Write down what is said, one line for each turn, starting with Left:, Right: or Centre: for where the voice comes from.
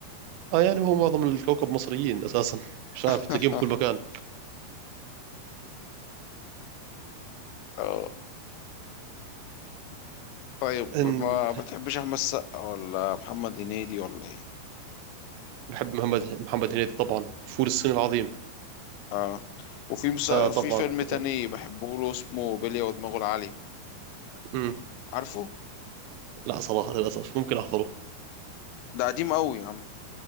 Right: اه يعني هو معظم الكوكب مصريين اساسا مش عارف
Left: <laughs>
Right: تلاقيهم كل مكان
Left: اه طيب
Right: إن-
Left: ما بتحبش احمد السقا ولا محمد هنيدي ولا ايه
Right: بحب محمد محمد هنيدي طبعا فول الصين العظيم
Left: اه وفي مس...
Right: اه
Left: في
Right: طبعا
Left: فيلم
Right: طبعا
Left: تاني بحبه له اسمه بلية ودماغه العالية
Right: م.
Left: عارفه
Right: لا صراحة للأسف ممكن أحضره
Left: ده قديم قوي يا عم